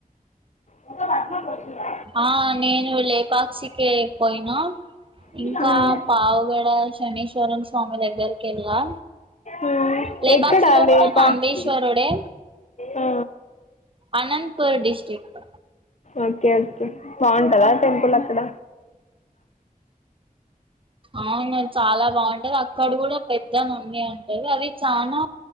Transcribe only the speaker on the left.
మ బార్ <inaudible>
మ్మ్.
మ్మ్.
ఎక్కడ లేపాక్షి
ఆ,
ఓకే ఓకే బాగుంటందా టెంపుల్ అక్కడ